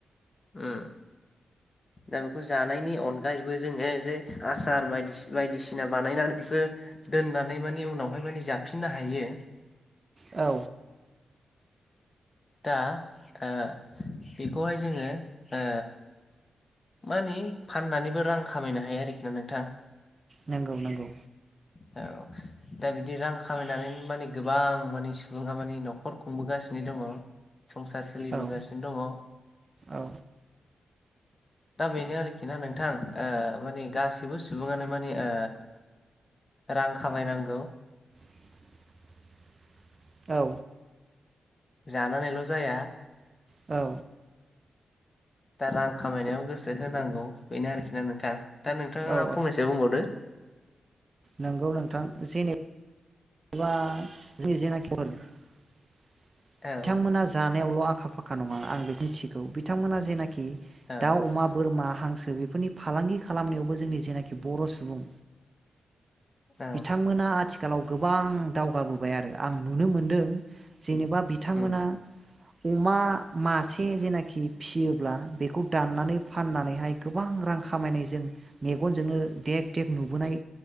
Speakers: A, on the left (about 35°); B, on the right (about 35°).
A: उम दा बेखौ जानायनि अनगायैबो जोङो जे आसार बायदिसिना बानायनानै बो दोननानै माने उनावहाय माने जाफिननो हायो
B: औ
A: दा ओ बेखौहाय जोङो ओ मानि फाननानैबो रां खामायनो हायो आरोखि ना नोंथां
B: नंगौ नंगौ
A: औ दा बिदि रां खामायनानैनो माने गोबां माने सुबुंङा माने न'खर खुंबोगासिनो दंङ। संसार सोलिबोगासिनो
B: औ
A: दङ
B: औ
A: दा बेनो आरोखि ना नोंथां। ओ माने गाैबो सुबुंङानो माने ओ रां खामायनांगौ
B: <inaudible> औ
A: जानानैल' जाया
B: औ
A: दा रां खामायनायाव गोसो होनांगौ बेनो आरोखि ना नोंथां दा नोंथाङा
B: औ
A: फंनैसो बुंबावदो।
B: नोंगौ नोंथां जेने बा जोंनि जेनाखि महर बिथांमोना
A: औ
B: जा यावल' आखा फाखा नङा आं बेखौ मिथिगौ बिथांमोना जेनाखि
A: औ
B: दाउ अमा बोरमा हांसो बेफोरनि फालांगि खालामनायावबो जोंनि जेनाखि बर' सुबुं
A: औ
B: बिथांमोना आथिखालाव गोबां दावगाबोबाय आरो आं नुनो मोनदों जेनेबा
A: उम
B: बिथांमोना
A: उम
B: अमा मासे जेनाखि फियोब्ला बेखौ दाननानै फाननानैहाय गोबां रां खामायनायजों मेगनजोंनो देग देग नुबोनाय